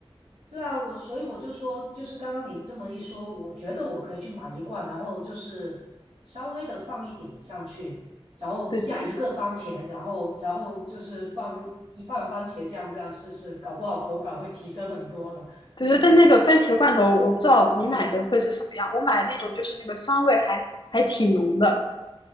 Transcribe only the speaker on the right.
对啊，我所以我就说，就是刚刚你这么一说，我觉得我可以去买一罐，然后就是稍微的放一点上去，然后下一个番茄，
然后然后就是放一半番茄酱这样试试，搞不好口感会提升很多的。
嗯。